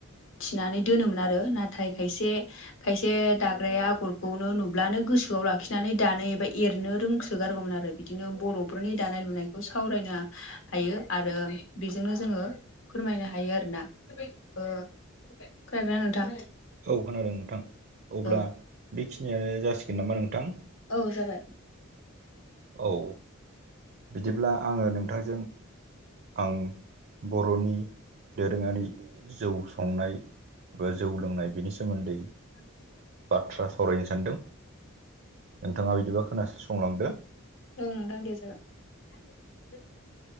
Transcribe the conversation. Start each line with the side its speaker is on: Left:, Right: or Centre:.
Left: थिनानै दोनोमोन आरो नाथाय खायसे खायसे दाग्राया आगरखौनो नुब्लानो गोसो खौयाव लाखिनानै दानो एबा एरनो रोंसोगारगौमोन आरो बि बिदिनो बर'फोरनि दानाय लुनायखौ सावरायनो हायो आरो बेजोंनो जोङो फोरमायनो हायो आरोना। ओ खोनादों ना नोंथां?
Right: औ खोनादों नोंथां अब्ला
Left: ओ
Right: बेखिनियानो जासिगोन नामा नोंथां?
Left: औ जाबाय।
Right: औ बिदिब्ला आङो नोंथांजों आं बर'नि दोरोङारि जौ संनाय बो जौ लोंनाय बिनि सोमोन्दै
Left: <unintelligible>
Right: बाथ्रा सावरायनो सानदों, नोंथाङा बिदिबा खोनासंलांदो।
Left: ओं नोंथां दे जागोन। <unintelligible>